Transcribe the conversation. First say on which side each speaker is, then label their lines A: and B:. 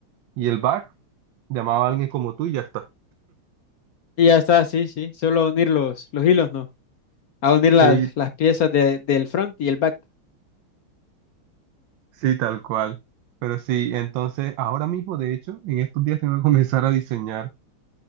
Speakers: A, on the right; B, on the left.
A: y el back. Llamaba a alguien como tú y ya está.
B: Y ya está, sí, sí. Solo unir los, los hilos, ¿no? A unir
A: Sí,
B: las, las piezas de- del front y el back.
A: sí, tal cual. Pero sí, entonces ahora mismo, de hecho, en estos días tengo que <laughs> comenzar a diseñar